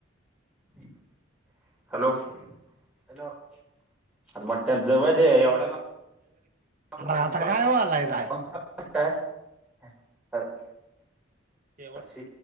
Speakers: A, in the centre; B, on the right (about 45°).
A: मग. हॅलो! हॅलो! अरे पट्ट्या जवळ दे एवढला. <unintelligible>
B: आता काय व्हायलाय काय
A: <inaudible>
B: तेवट.
A: अशी